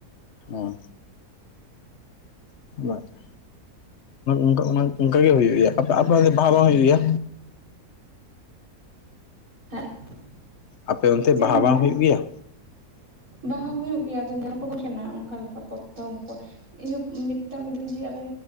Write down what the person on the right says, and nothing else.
<unintelligible>
ᱪᱮᱫ
ᱮᱢ ᱢᱮᱱᱫᱟ
ᱵᱟᱦᱟ ᱦᱩᱭᱩᱜ ᱜᱮᱭᱟ ᱟᱫᱚ ᱧᱮᱞ ᱠᱚᱵᱚᱱ ᱠᱟᱱᱟ ᱚᱱᱠᱟ ᱞᱮᱠᱟ ᱯᱚᱛᱚᱢ ᱠᱚ ᱤᱧ ᱦᱚᱸ ᱢᱮᱛᱟᱜ ᱢᱮᱫᱚᱹᱧ ᱡᱮ ᱟᱞᱮ